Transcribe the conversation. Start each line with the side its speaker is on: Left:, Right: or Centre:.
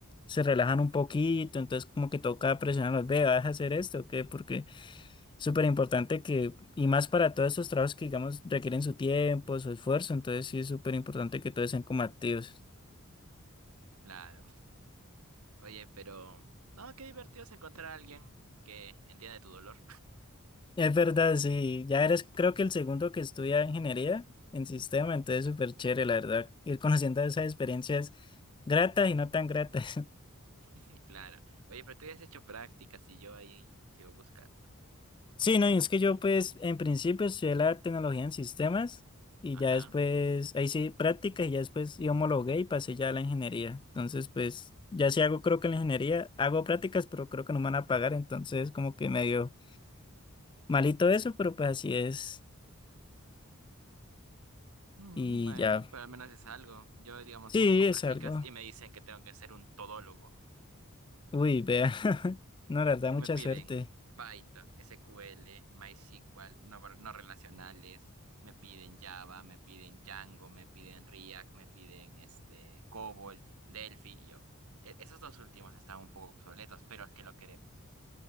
Left: se relajan un poquito, entonces como que toca presionarlos, ve, vas a hacer esto, ¿o ¿qué? Porque es súper importante que, y más para todos estos trabajos que, digamos, requieren su tiempo, su esfuerzo, entonces sí es súper importante que todos sean como activos.
Right: Claro. Oye, pero... No, qué divertido es encontrar a alguien que entiende tu dolor.
Left: Es verdad, sí, ya eres creo que el segundo que estudia ingeniería en sistema, entonces súper chévere, la verdad, ir conociendo esas experiencias gratas y no tan gratas. <laughs>
Right: <laughs> Claro. Oye, pero tú ya has hecho prácticas y yo ahí sigo buscando.
Left: Sí, no, y es que yo pues en principio estudié la tecnología en sistemas y
Right: Ajá.
Left: ya después, ahí sí, prácticas y ya después yo homologué y pasé ya a la ingeniería. Entonces pues ya sí hago creo que en la ingeniería hago prácticas, pero creo que no me van a pagar, entonces como que medio malito eso, pero pues así es
Right: Mm,
Left: y
Right: bueno,
Left: ya,
Right: pero al menos es algo. Yo, digamos,
Left: sí,
Right: busco
Left: es
Right: prácticas
Left: algo.
Right: y me dicen que tengo que ser un todólogo.
Left: Uy, vea. <laughs> No, la verdad,
Right: Y
Left: mucha
Right: me piden
Left: suerte.
Right: Python, SQL, MySQL, no, no relacionales, me piden Java, me piden Django, me piden React, me piden este COBOL, Delphi y yo. E- esos dos últimos están un poco obsoletos, pero es que lo queremos.